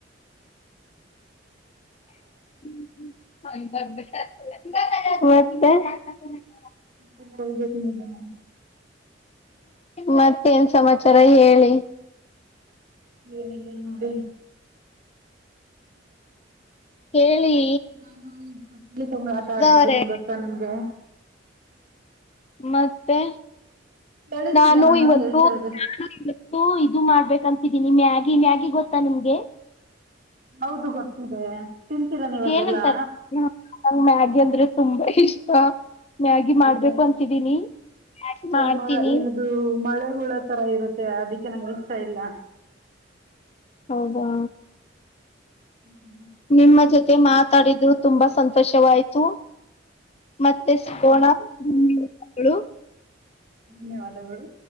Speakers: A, on the left (about 35°); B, on the right (about 50°).
A: <unintelligible> ಮತ್ತೇ.
B: <unintelligible>
A: ಮತ್ತೇನ್ ಸಮಾಚಾರ ಹೇಳಿ.
B: ಏನಿಲ್ಲ ನೋಡಿ
A: ಕೇಳಿ.
B: ನಾನು ಈ ಚಪ್ಲಿ ತಗೊಂಡ್ ಆಟ ಆಡ್ತಿದೀನ್
A: ಅವ್ರೇ
B: ಗೊತ್ತಾ ನಿಮ್ಗೆ.
A: ಮತ್ತೆ
B: ಕೇಳಿಸ್ತಿದೆ
A: ನಾನು ಇವತ್ತು
B: ಹೇಳ್ತಿರೋದು
A: ಇದು ಇದು ಮಾಡ್ಬೇಕಂತಿದ್ದೀನಿ ಮ್ಯಾಗಿ ಮ್ಯಾಗಿ ಗೊತ್ತಾ ನಿಮ್ಗೆ.
B: ಹೌದು ಗೊತ್ತಿದೆ. ತಿಂತೀರಾ ನೀವ್ ಅದೆಲ್ಲಾ
A: ಏನಂತಾರೆ ನಂಗ್ ಮ್ಯಾಗಿ ಅಂದ್ರೆ ತುಂಬಾ ಇಷ್ಟ. ಮ್ಯಾಗಿ
B: ಹೌದಾ
A: ಮಾಡ್ಬೇಕು ಅಂತಿದೀನಿ <unintelligible> ಮಾಡ್ತೀನಿ
B: ಮ ಏನದು ಅದು ಮಳೆ ಹುಳ ತರ ಇರುತ್ತೆ ಅದಕ್ಕೆ ನಂಗಿಷ್ಟ ಇಲ್ಲ.
A: ಹೌದಾ.
B: ಹ್ಮ್.
A: ನಿಮ್ಮ ಜೊತೆ ಮಾತಾಡಿದ್ದು ತುಂಬಾ ಸಂತೋಷವಾಯ್ತು. ಮತ್ತೆ ಸಿಗೋಣ ಧನ್ಯವಾದಗಳು.
B: ಧನ್ಯವಾದಗಳು.